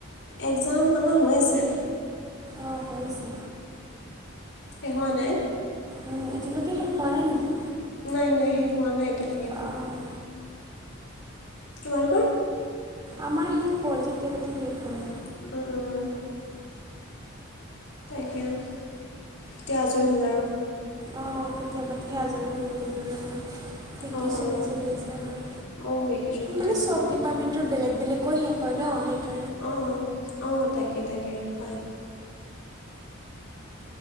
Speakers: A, on the left; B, on the right.
A: এক্জাম আমাৰ হৈ আছে।
B: অ হৈ আছে।
A: শেষ হোৱা নাই
B: উম এতিয়ালৈকে শেষ হোৱা নাই নেকি?
A: নাই নাই সেই হোৱা নাই এতিয়ালৈকে
B: অঁ।
A: তোমালোকৰ?
B: আমাৰ শেষ হ'ল কেতিয়াবাতেই শেষ হ'ল।
A: উম উম অ তাকে এতিয়া আজৰি হ'ল আৰু
B: অঁ কেতিয়াবাতেই আজৰি হৈ গ'লো আৰু
A: অঁ
B: শিনি
A: অঁ
B: চলি আছে আমাৰ
A: অঁ ভেকেশ্যন চলি
B: মানে
A: আছে
B: চব
A: অঁ
B: ডিপাৰ্টমেন্টৰ বেলেগ বেলেগ আকৌ শেষ হয় ন শেষ
A: অৱ অৱ তাকে তাকে হয়